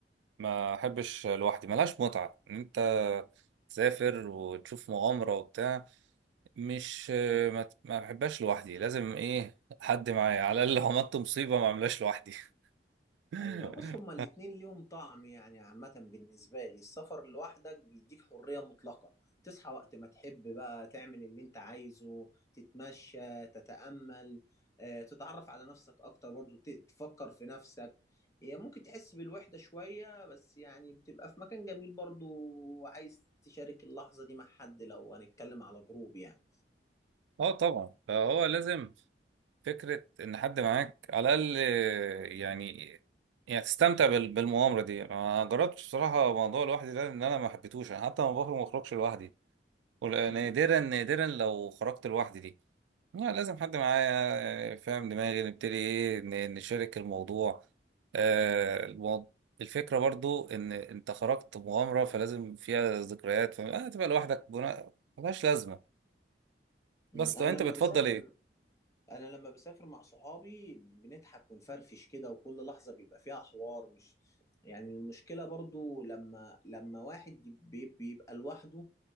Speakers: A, on the right; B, on the left.
A: ما احبش
B: مم.
A: لوحدي ملهاش متعة ان انت تسافر وتشوف مغامرة وبتاع مش ما ما بحبهاش لوحدي لازم ايه حد معايا على الاقل لو عملت مصيبة ما اعملهاش لوحدي <laughs>
B: ايوه بص هما الاتنين ليهم طعم يعني عامة بالنسبة لي السفر لوحدك بيديك حرية مطلقة تصحى وقت ما تحب بقى تعمل اللي انت عايزه تتمشى تتأمل آه، تتعرف على نفسك اكتر برضو ت- تفكر في نفسك هي ممكن تحس بالوحدة شوية بس يعني بتبقى في مكان جميل برضو وعايز تشارك اللحظة دي مع حد لو هنتكلم على جروب يعني
A: اه طبعا فهو لازم فكرة ان حد معاك على الاقل يعني يعني تستمتع بال- بالمغامرة دي ما جربتش بصراحة موضوع لوحدي ده ان انا ما حبيتهوش انا حتى ما بخرج ما بخرجش لوحدي ونادرا
B: مم.
A: نادرا لو خرجت لوحدي دي لا لازم حد معايا فاهم دماغي نبتدي ايه ن- نشارك الموضوع آه المو... الفكرة برضو ان انت خرجت مغامرة فلازم فيها ذكريات فما آه تبقى لوحدك جنا... ملهاش لازمة
B: مم.
A: بس طب
B: انا
A: انت
B: لما
A: بتفضل
B: بسافر
A: ايه؟
B: انا لما بسافر مع صحابي بنضحك ونفرفش كده وكل لحظة بيبقى فيها حوار مش يعني المشكلة برضو لما لما واحد بي- بيبقى لوحده